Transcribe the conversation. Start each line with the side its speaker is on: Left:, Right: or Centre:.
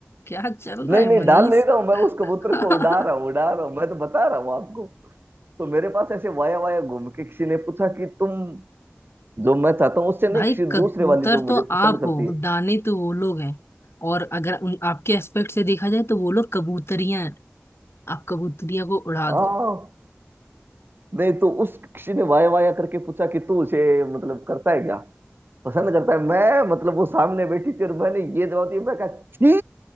Left: क्या चल रहा
Right: नहीं
Left: है
Right: नहीं
Left: मनीष
Right: डाल नहीं रहा हूँ मैं उस कबूतर
Left: <laughs>
Right: को उड़ा रहा हूँ उड़ा रहा हूँ मैं तो बता रहा हूँ आपको तो मेरे पास ऐसे वाया वाया घूम के किसी ने पूछा कि तुम जो मैं चाहता हूँ उससे नहीं
Left: भाई
Right: किसी
Left: कबूतर
Right: दूसरे वाली जो
Left: तो
Right: मुझे पसंद
Left: आप
Right: करती
Left: हो
Right: है
Left: दाने तो वो लोग हैं और अगर उन आपके एस्पेक्ट से देखा जाए तो वो लोग कबूतरियां हैं आप कबूतरियां को उड़ा
Right: हाँ
Left: दो
Right: नहीं तो उस किसी ने वाया वाया करके पूछा कि तू उसे मतलब करता है क्या पसंद करता है मैं मतलब वो सामने बैठी थी और मैंने ये जवाब दिया मैं कहा छी